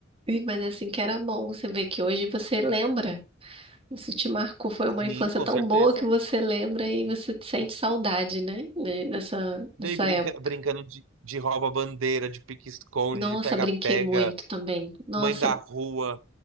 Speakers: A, on the right; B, on the right.
A: Ih, Mas assim que era bom, você vê que hoje você lembra. Isso te marcou, foi
B: Sim,
A: uma infância
B: com
A: tão
B: certeza.
A: boa que você lembra e você sente saudade, né? né, nessa dessa
B: E brinca,
A: época.
B: brincando de, de rouba-bandeira, de pique-esconde,
A: Nossa,
B: de pega-pega,
A: brinquei muito também. Nossa,
B: mãe da rua.